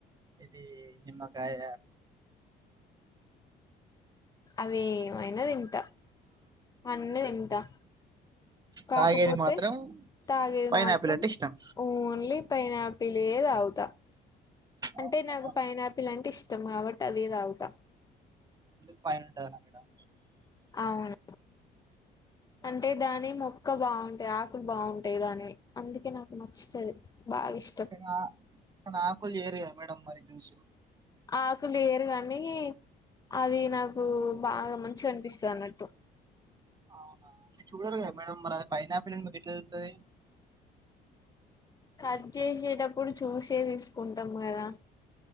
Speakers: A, on the right; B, on the left.
A: ఇది నిమ్మకాయ
B: అవి అయినా తింటా అన్నీ తింటా కాకపోతే
A: తాగేది మాత్రం
B: తాగేది
A: పైనాపిల్
B: మాత్రం
A: అంటే ఇష్టం
B: ఓన్లీ పైనాపిల్ ఏ తాగుతా అంటే
A: అవునా,
B: నాకు పైనాపిల్ అంటే ఇష్టం కాబట్టి. అదే దాగుతా
A: ఎందుకు పైనుంటదనా మేడం.
B: అవును అంటే దాని మొక్క బావుంటాయి, ఆకులు బావుంటాయి దానివి, అందుకే నాకు నచ్చుతది. బాగా ఇష్టం
A: కానీ ఆ కాన ఆకులు చెయ్యరు గదా మేడం. మరి జ్యూసు
B: ఆకు లేయ్యార్ గానీ. అది నాకు బాగా మంచిగనిపిస్తదన్నట్టు.
A: అవునా చూడరు గదా మేడం. మరి ఆది పైనాపిల్ అని మీకెట్ల తెల్తది.
B: కట్ జేసేటప్పుడు చూసే తీసుకుంటాం గాదా.